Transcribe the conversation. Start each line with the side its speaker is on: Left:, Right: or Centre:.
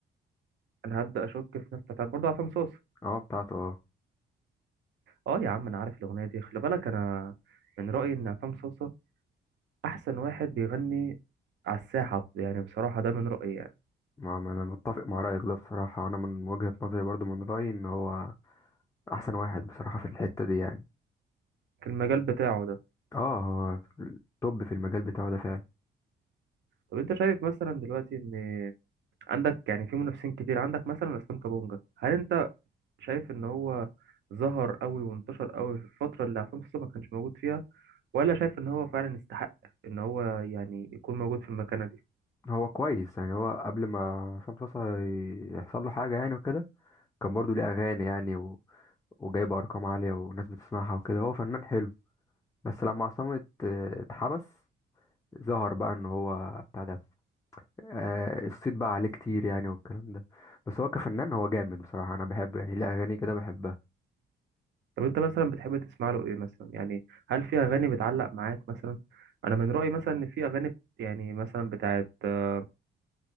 Right: انا هبدا اشك في نفسي طب برضه عصام صوصه
Left: اه بتاعته اه
Right: اه يا عم انا عارف الاغنيه دي خلي بالك انا من رايي ان عصام صوصه احسن واحد بيغني على الساحه يعني بصراحه ده من رايي يعني
Left: ما ما- أنا متفق مع رأيك ده بصراحة أنا من وجهة نظري برضه من رأيي إن هو أحسن واحد بصراحة في الحتة دي يعني
Right: في المجال بتاعه ده
Left: اه هو توب في المجال بتاعه ده فعلا
Right: طب انت شايف مثلا دلوقتي ان عندك يعني في منافسين كتير عندك مثلا اسلام كابونجا هل انت شايف ان هو ظهر قوي وانتشر قوي في الفتره اللي عصام صوصه ما كانش موجود فيها ولا شايف ان هو فعلا يستحق ان هو يعني يكون موجود في المكانه دي
Left: هو كويس يعني هو قبل ما عصام صاصا ي- يحصل له حاجة يعني وكده كان برضه ليه أغاني يعني و... وجايب أرقام عالية وناس بتسمعها وكده هو فنان حلو بس لما عصام ات- اتحبس ظهر بقى ان هو بتاع ده آه الصيت بقى عليه كتير يعني والكلام ده بس هو كفنان هو جامد بصراحة انا بحبه يعني ليه اغاني كده بحبها
Right: طب انت مثلا بتحب تسمع له ايه مثلا يعني هل في اغاني بتعلق معاك مثلا انا من رايي مثلا ان في اغاني بت- يعني مثلا بتاعت آه،